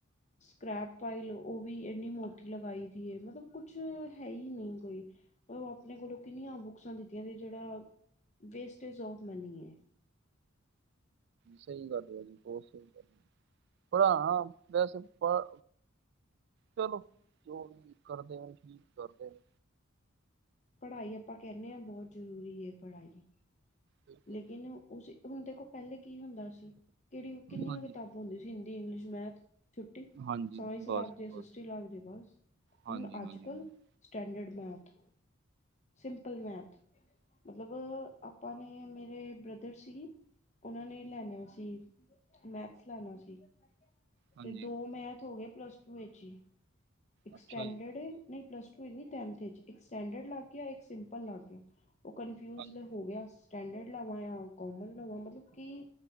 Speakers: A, on the left; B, on the right.
A: ਸਕ੍ਰੈਪ ਫਾਈਲ ਉਹ ਵੀ ਇੰਨੀ ਮੋਟੀ ਲਗਾਈ ਦੀ ਹੈ ਮਤਲਬ ਕੁਛ ਹੈ ਹੀ ਨਹੀਂ ਕੋਈ। ਉਹ ਆਪਣੇ ਕੋਲੋਂ ਕਿੰਨੀਆਂ ਬੁੱਕਸਾਂ ਦਿੱਤੀਆਂ ਜਿਹੜਾ ਵੇਸਟੇਜ ਆਫ ਮਨੀ ਹੈ।
B: ਸਹੀ ਗੱਲ ਹੈ ਜੀ ਬਹੁਤ ਸਹੀ ਗਲ ਹੈ ਪੜ੍ਹਾਣਾ ਵੈਸੇ ਪ। ਚਲੋ ਜੋ ਵੀ ਕਰਦੇ ਨੇ ਠੀਕ ਕਰਦੇ ਨੇ।
A: ਪੜ੍ਹਾਈ ਆਪਾਂ ਕਹਿੰਦੇ ਹਾਂ ਬਹੁਤ ਜ਼ਰੂਰੀ ਹੈ ਪੜ੍ਹਾਈ।
B: ਬਿਲਕੁਲ
A: ਲੇਕਿਨ ਉਸ ਹੁਣ ਦੇਖੋ ਪਹਿਲੇ ਕੀ ਹੁੰਦਾ ਸੀ ਕਿਹੜੀ ਕਿੰਨੀਆਂ
B: ਹਾਂਜੀ
A: ਕਿਤਾਬਾਂ। ਹੁੰਦੀ ਸੀ ਹਿੰਦੀ, ਇੰਗਲਿਸ਼, ਮੈਥ। ਛੁੱਟੀ
B: ਹਾਂਜੀ
A: ਸਾਇੰਸ ਲੱਗਦੀ
B: ਬਸ
A: ਆ ਏਸ
B: ਬਸ
A: ਏਸ ਟੀ ਲੱਗਦੀ ਬਸ
B: ਹਾਂਜੀ
A: ਹੁਣ ਅੱਜ
B: ਹਾਂਜੀ
A: ਕੱਲ।
B: ਹਾਂਜੀ
A: ਸਟੈਂਡਡ ਮੈਥ ਸਿੰਪਲ ਮੈਥ ਮਤਲਬ ਆਪਾਂ। ਨੇ ਮੇਰੇ ਬ੍ਰਦਰ ਸੀ ਉਹਨਾਂ ਨੇ ਲੈ ਣਾ ਸੀ। ਮੈਥਸ ਲੈਣਾ ਸੀ
B: ਹਾਂਜੀ
A: ਤੇ ਦੋ ਮੈਥ ਹੋ ਗਏ ਪਲਸ ਟੂ ਵਿੱਚ ਹੀ। ਇਕ ਸਟੈਂਡਰਡ
B: ਅੱਛਾ ਜੀ
A: ਨਹੀਂ ਪਲਸ ਟੂ ਇਚ ਨੀ ਟੈਂਥ ਇਚ ਇੱਕ ਸਟੈਂਡਰਡ ਲੱਗ ਗਿਆ ਇਕ ਸਿੰਪਲ ਲੱਗ ਗਿਆ। ਉਹ ਕਨਫਿਊਜ
B: ਹਾਂਜੀ
A: ਨੇ ਹੋ ਗਿਆ ਸਟੈਂਡਰਡ ਲਾਵਾਂ ਆ ਕੋਮਨ ਲਵਾ ਮਤਲਬ ਕਿ